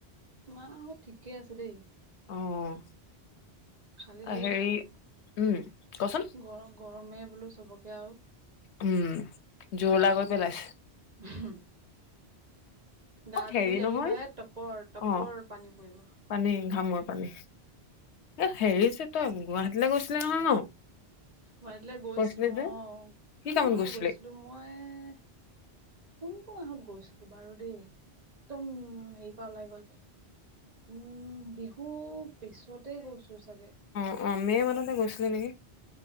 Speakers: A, on the right; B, on the left.
A: মা হত ঠিকে আছে দেই।
B: অ'।
A: খালি সেই
B: হেৰি উম কচোন
A: গ গৰমে বোলো চবকে আৰু।
B: উম জোৰলা কৰি পেলাইছে।
A: <unintelligible> গাটো
B: অ হেৰি
A: ধুই
B: নহয়
A: আহিবাহে টপৰ-টপৰ
B: অ
A: পানী পৰিব।
B: পানী ঘামৰ পানী, এ হেৰিছে তই গুৱাহাটীলৈ গৈছিলি নহয় ন।
A: গুৱাহাটীলৈ গৈছিলোঁ
B: কৈছিলি যে
A: অ,
B: কি
A: কোন
B: কামত
A: মাহত
B: গৈছিলি
A: গৈছিলোঁ মই কোনটো মাহত গৈছিলোঁ বাৰু দেই। একদম হেৰি পাৰ ওলাই গ'ল। উম বিহু পিছতে গৈছোঁ চাগে।
B: অঁ মে' মানতে গৈছিলে নেকি।